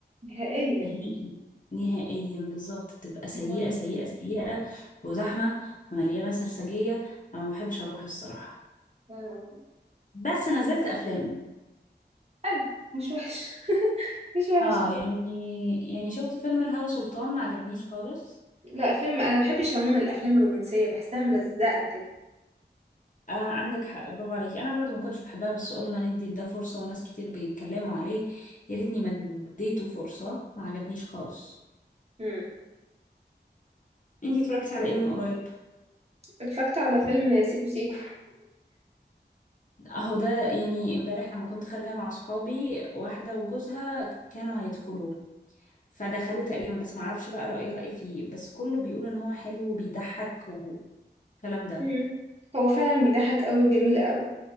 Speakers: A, on the right (about 35°); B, on the left (about 45°).
A: نهائيا
B: نهائي نهائيا بالظبط بتبقى سيئة
A: مم.
B: سيئة سيئة وزحمة ومليانة سرسجية فما بحبش اروح الصراحة
A: مم.
B: بس نزلت افلام
A: حلو مش وحش <laughs> مش وحش
B: اه يعني يعني شفت فيلم الهوى سلطان ما عجبنيش خالص
A: لا فيلم أنا بحبش عموما الأفلام الرومانسية بحسها ملزقة كده
B: آه عندك حق برافو عليكي انا برضو ما كنتش بحبها بس قلنا ندي لده فرصة وناس كتير بيتكلموا عليه يا ريتني ما اديته فرصة ما عجبنيش خالص
A: مم.
B: انتي اتفرجتي على ايه من قريب
A: اتفرجت على فيلم سيكو سيكو
B: اهو ده يعني امبارح لما كنت خارجة مع صحابي واحدة وجوزها كانوا هيدخلوه فدخلوه تقريبا بس معرفش بقى رأيها ايه فيه بس كله بيقول ان هو حلو وبيضحك والكلام ده
A: مم. هو فعلا بيضحك قوي وجميل قوي